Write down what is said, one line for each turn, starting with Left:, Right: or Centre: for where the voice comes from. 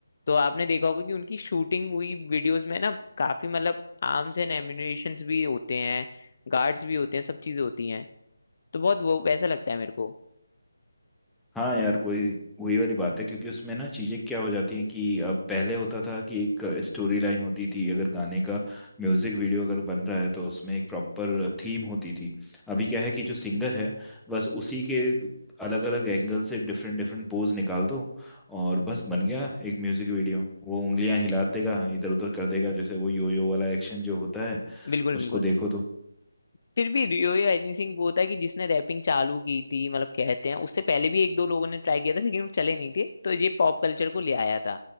Left: तो आपने देखा होगा कि उनकी शूटिंग हुई वीडियोस में ना काफी मतलब आर्म्स एंड एम्युनिशंस भी होते हैं गार्ड्स भी होते हैं सब चीजें होती हैं तो बहुत वो वैसा लगता है मेरे को
Centre: हाँ यार वही वही वाली बात है क्योंकि उसमें ना चीजें क्या हो जाती हैं कि अब पहले होता था कि एक स्टोरी लाइन होती थी अगर गाने का म्यूजिक वीडियो अगर बन रहा है तो उसमें एक प्रॉपर थीम होती थी अभी क्या है कि जो सिंगर है बस उसी के अलग अलग एंगल से डिफरेंट डिफरेंट पोज निकाल दो और बस बन गया एक म्यूजिक वीडियो वो उंगलियां हिला देगा इधर उधर कर देगा जैसे वो यो यो वाला एक्शन जो होता है
Left: बिल्कुल बिल्कुल
Centre: उसको देखो तो
Left: फिर भी रियो या एनीसिंह वो था कि जिसने रैपिंग चालू की थी मतलब कहते हैं उससे पहले भी एक दो लोगों ने ट्राई किया था लेकिन वो चले नहीं थे तो ये पॉप कल्चर को ले आया था